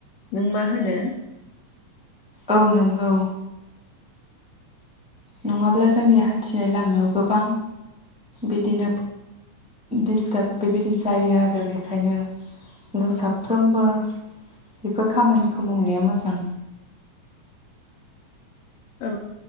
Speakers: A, on the left; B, in the centre.
A: नों मा होनो? <inaudible>
B: औ नंगौ नङाब्ला जोंनि हान्थिनाय लामायाव गोबां बिदिनो दिस्टाब बेबायदि जायो आरो बेखायनो जों साफ्रोमबो बेफोर खामानिखौ मावनाया मोजां
A: औ